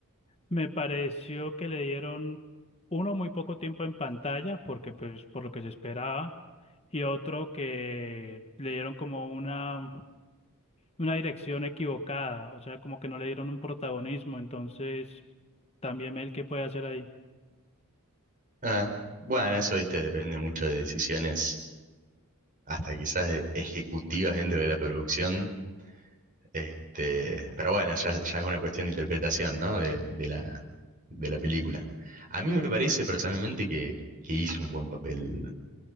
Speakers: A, on the left (about 30°); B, on the right (about 40°).
A: Me pareció que le dieron uno muy poco tiempo en pantalla, porque pues por lo que se esperaba, y otro que le dieron como una... una dirección equivocada, o sea, como que no le dieron un protagonismo, entonces también él qué puede hacer ahí.
B: Ah, bueno, eso, viste, depende mucho de decisiones, hasta quizás de ejecutivas dentro de la producción. Este, pero bueno, ya, ya es una cuestión de interpretación, ¿no? De, de la, de la película. A mí me parece personalmente que, que hizo un buen papel.